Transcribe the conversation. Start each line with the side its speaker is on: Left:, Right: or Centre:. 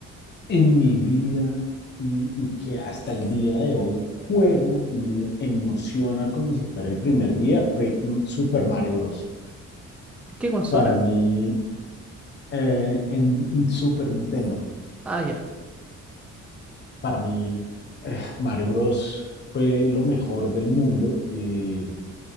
Left: en mi vida y, y que hasta el día de hoy juego y me emociona como si fuera el primer día fue mm, Super Mario Bros.
Centre: ¿En qué consola?
Left: Para mí, eh, en, en Super Nintendo,
Centre: Ah, ya.
Left: para mí eh, Mario Bros. fue lo mejor del mundo. eh,